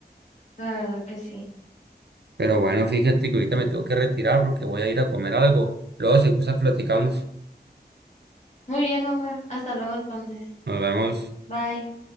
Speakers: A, on the left; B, on the right.
A: La verdad que sí.
B: Pero bueno, fíjate que ahorita me tengo que retirar porque voy a ir a comer algo. Luego, si gustas, platicamos.
A: Muy bien, Omar. Hasta luego entonces.
B: Nos vemos.
A: Bye.